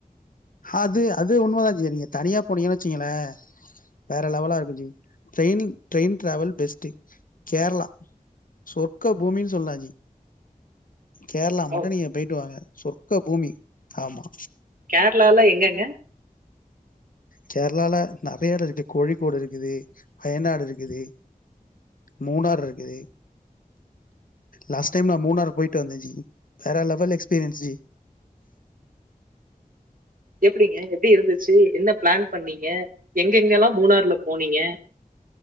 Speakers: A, on the left; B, on the right.
A: அது அது உண்மதா ஜி நீங்க தனியா போனீங்கன்னு வச்சீங்களே வேற லெவலா இருக்கு G trail train travel best கேர்ளா சொர்க்க பூமின் சொல்லா ஜி கேர்ளா
B: ஓ!
A: மட்டு நீங்க பெயிட்டு வாங்க சொர்க்க பூமி ஆமா
B: கேர்ளால எங்கங்க
A: கேரளால நெறைய எட இருக்கு கோழிக்கோடு இருக்குது வயநாடு இருக்குது மூணார் இருக்குது லாஸ்ட் டைம் நா மூணார் போயிட்டு வந்தே ஜி வேற லெவல் எக்ஸ்பீரியன்ஸ் ஜி
B: எப்டிங்க எப்டி இருந்துச்சு என்ன ப்ளான் பண்ணீங்க எங்கெங்கெல்லா மூணார்ல போனீங்க